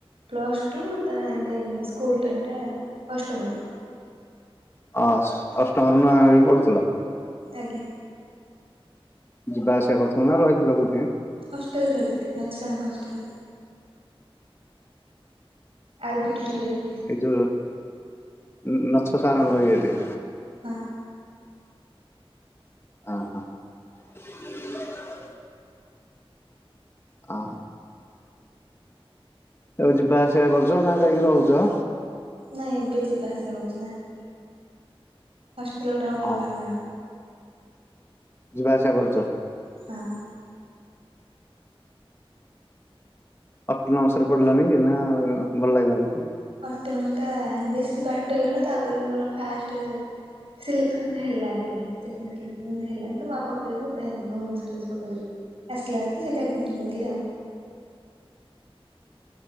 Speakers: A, on the right; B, on the left.
A: ପ୍ଲସ ଟୁ <unintelligible> ଅଷ୍ଟମ ରୁ
B: ହ ଅଷ୍ଟମ ରେ ବି ନୂଆ ଗାଁ ରେ ବି ପଡୁଥିଲ।
A: ଆଜ୍ଞା।
B: ଯିବା ଆସିବା କରୁଥିଲ ନା ରହିଥିଲା କୋଉଠି?
A: ହଷ୍ଟେଲରେ ରହିଥିଲି ନଛ ସାର୍ ଙ୍କ ହଷ୍ଟେଲ। ଆର ବିଟ ଟିରିଏଲ୍।
B: ଏଜଲ ନା ନଛ ସାରଙ୍ଗ ଇଏରେ।
A: ପାଆ।
B: ହଁ ହଁ। <inaudible> ଆ। ତମେ ଯିବା ଆସିବା କରୁଚ ନା ଯାଇକି ରହୁଚ।
A: ନାଇଁ ଏବେ ଯିବା ଆସିବା କରୁଚି ନା। ଆସଥିଲି ଗୋଟା ଆଉ ଭଲ
B: ହଁ
A: ଲାଗୁନି ଆଉ।
B: ଯିବା ଆସିଆ କରୁଚ।
A: ହଁ।
B: ଆଟ ନମିସରେ ପଢିଲାଣି ନା ଭାଇ ଲାଗିଲାନି।
A: ଅଟୋନମିସଟା ବେଶୀ ବାଟ ହେଇଗଲା ଟା ପରେ ବି ମୋର ଫାଷ୍ଟେ ସିଲେକ୍ସନରେ ହେଲାନି ସେକେଣ୍ଡେ କିଲେକ୍ସନରେ ହେଲାନିତ। ମୁଁ ଆଉ ପକେଇଲିନି ଦେନ ଓମେନସେ କଲେଯେ ରେ ପକେଇଦେଲି ଆସିଲା ଭାରି ତ ସେଇଠି ଆଡ଼ମିସନ କରିଦେଲି ଆଉ।